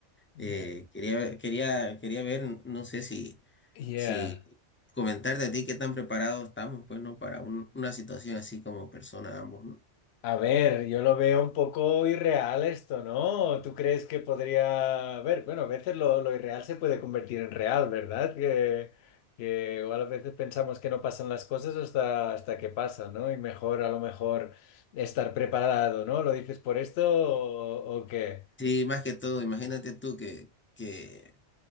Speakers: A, on the left; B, on the left.
A: Yeah.
B: Eh, quería, quería, quería ver, no sé si,
A: Yeah.
B: si comentarte a ti qué tan preparados estamos, pues, ¿no? Para un- una situación así como persona ambos, ¿no?
A: A ver, yo lo veo un poco irreal esto, ¿no? ¿Tú crees que podría... A ver, bueno, a veces lo, lo irreal se puede convertir en real, ¿verdad? Que, que igual a veces pensamos que no pasan las cosas hasta, hasta que pasan, ¿no? Y mejor a lo mejor estar preparado, ¿no? ¿Lo dices por esto o, o qué?
B: Sí, más que todo, imagínate tú que, que,